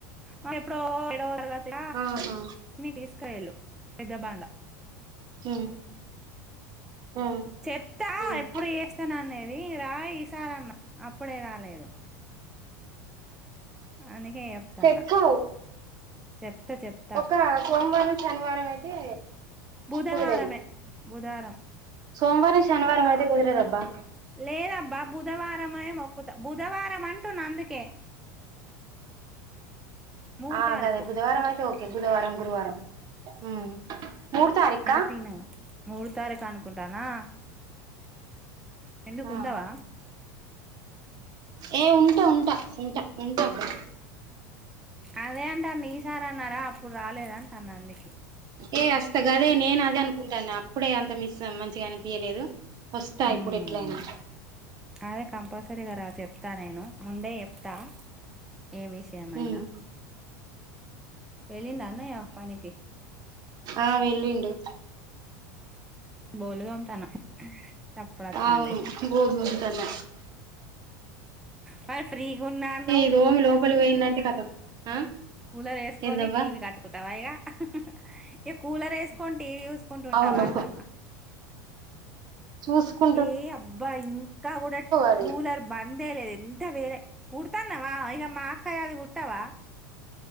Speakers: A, in the centre; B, on the right.
A: మా ఎప్పుడో ఎడవ తరగతి
B: ఆహా
A: న తీసుకయళు పెద్ద బాండ
B: ఉమ్ ఉమ్
A: చెప్తా
B: ఉమ్
A: ఎప్పుడు చేస్తానునేది రా ఈసార అన్న అప్పుడే రాలేదు అందుకే చెప్తాన్న
B: చెకువ
A: చెప్తా చెప్తా
B: ఒక సోమవారం శనివారం అయితే
A: బుధవారమే
B: కుది
A: బుధవారం
B: సోమవారం శనివారం అయతే కుదరదబ్బా
A: లేదబ్బా బుధవారమే మొక్కత బుధవారం మంటున్న అందుకే మూడ్
B: ఆ
A: తారీకు
B: గదే బుధవారం అయితే ఓకే బుధవారం గురువారం ఉమ్ మూడు తారీఖా
A: అంటే తిన మూడు తారీకు అనుకుంటానా ఎందుకు
B: ఆ.
A: ఉండవా
B: ఏ ఉంటా ఉంటా ఉంటా ఉంటా అబ్బా
A: అదే అంటన్నా ఈసారన్నారా అప్పుడు రాలేదంటన్న అందుకే
B: ఏ వస్తా గాదే నేను అదే అనుకుంటానా అప్పుడే అంత మిస్ మంచిగా అనిపియ్యలేదు వస్తా
A: మ్మ్
B: ఇప్పుడు ఎట్లయినా
A: అదే కంపల్సరీగా రా చెప్తా నేను ముందే చెప్తా ఏ విషయమైనా
B: ఉమ్
A: వెళ్లిండా అన్నయ్య పనికి
B: ఆ వెళ్ళిండు
A: అ <inaudible> బొల్లు తోముతాన సప్పుడు వత్తాంది
B: అవును గోధు గోకుతున్న
A: మరి ఫ్రీగున్నా అన్నావ్
B: ఈ దోమి లోపలి పోయిందంటే కతం ఆ
A: కూలర్ వేసుకొని
B: ఏందవ్వా
A: టీవీ అతుకుతావా ఇగా ఇగా కూలర్ వేసుకొని టీవీ చూసుకుంటా ఉంటావా
B: అవును
A: అంటానా <inaudible>
B: చూసుకు
A: ఏ అబ్బా ఇంకా గూడా
B: అది
A: కూలర్ బందేలేదు ఎంత వేడే ఊడు తానవా మా అక్కది అది కుట్టావా